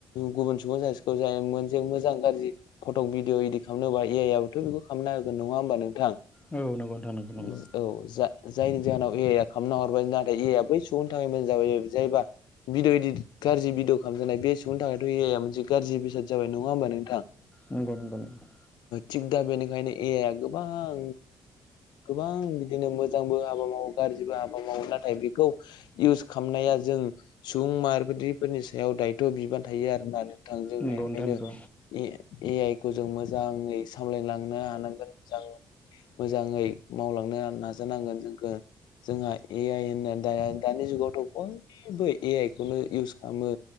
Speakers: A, on the left; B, on the left.
A: गुबुन सुबुं सासेखौ जाय मोनसे मोजां गाज्रि फट'क भिडिअ इदिट खालामनोबा ए आइ आबोथ' बेखौ खालामना होगोन नङा होमबा नोंथां!
B: औ नंगौ नोंथां नंगौ नंगौ।
A: औ जा जायनि जाहोनाव ए आइ आ खालामना हरबाय नाथाय ए आइआ बै सुबुंनि थाखाय मोजां जाबाय जायबा भिडिअ' इदिद गाज्रि भिडिअ' खालामजानाय बे सुबुंनि थाखायथ' ए आइया मोनसे गाज्रि बेसाद जाबाय नङा होमबा नोंथां!
B: नंगौ नोंथां नोंगौ
A: थिग दा बेनिखायनो ए आइया गोबां गोबां बिदिनो मोजांबो हाबा मावो गाज्रिबो हाबा मावो नाथाय बेखौ इउस खालामनाया जों सुबुं माहारिफोरनि सायाव दायथ' बिबान थायो आरो ना नों थां जों
B: नंगौ
A: बेनिखायनो
B: नंगौ नोंथां
A: ए आइ खौ जों मोजाङै सामलायलांनो हानांगोन। मोजाङै मावलांनो नाजानांगोन जोंखौ जोंहा ए आइ होनना दाया दानि जुगावथ' बयबो ए आइ खौनो इउस खालामो।